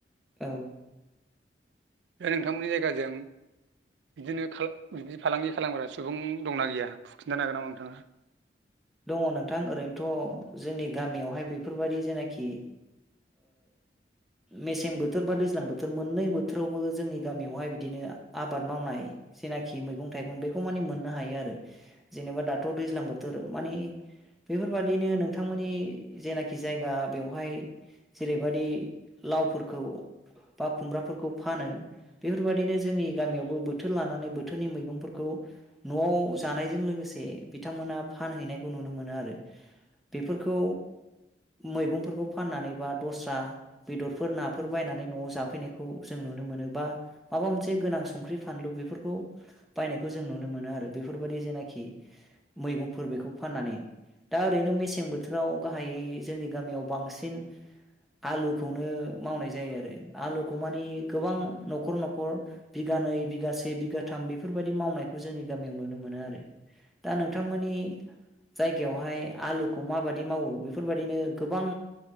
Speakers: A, in the centre; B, on the right (about 85°).
A: औ
B: नोंथांमोननि जायगाजों बिदिनो बि फालांगि खालामग्रा सुबुं दंना गैया फु खिन्थानो हागोन नामा नोंथाङा
A: दङ नोंथां ओरैनोथ' जोंनि गामियावहाय बेफोरबायदि जेनाखि मेसें बोथोर बा दैज्लां बोथोर मोननै बोथोरावबो जोंनि गामियावहाय बिदिनो आबाद मावनाय जेनाखि मैगं थाइगं बेखौ मानि मोननो हायो आरो जेनेबा दाथ' दैज्लां बोथोर माने बेफोरबादिनो नोंथांमोननि जेनाखि जायगा बेवहाय जेरैबादि लावफोरखौ बा खुमब्राफोरखौ फानो बेफोरबायदिनो जोंनि गामियावबो बोथोर लानानै बोथोरनि मैगंफोरखौ न'आव जानायजों लोगोसे बिथांमोना फानहैनायखौ नुनो मोनो आरो बेफोरखौ मैगंफोरखौ फाननानै बा दस्रा बेदरफोर नाफोर बायनानै न'आव जाफैनायखौ जों नुनो मोनो बा माबा मोनसे गोनां संख्रि फानलु बेफोरखौ बायनायखौ जों नुनो मोनो आरो बेफोरबायाददि जेनाखि मैगं फोर बेखौ फाननानै दा ओरैनो मेसें बोथोराव गाहायै जोंनि गामियाव बांसिन आलुखौनो मावनाय जायो आरो आलुखौ माने गोबां नखर नखर बिगानै बिगासे बिगाथाम बेफोरबायदि मावनायखौ जोंनि गामियाव नुनो मोनो आरो दा नोंथां मोननि। जायगायावहाय आलुखौ माबादि मावो बेफोरबादिनो गोबां